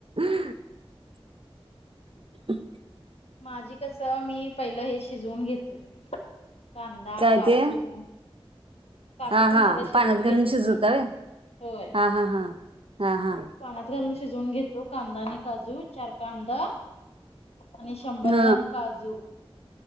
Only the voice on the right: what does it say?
<inaudible> अ <inaudible>
काय
ते
हा हा
पाण्यात
घालून शिजवता
व्हय
हा हा हा हा हा
ह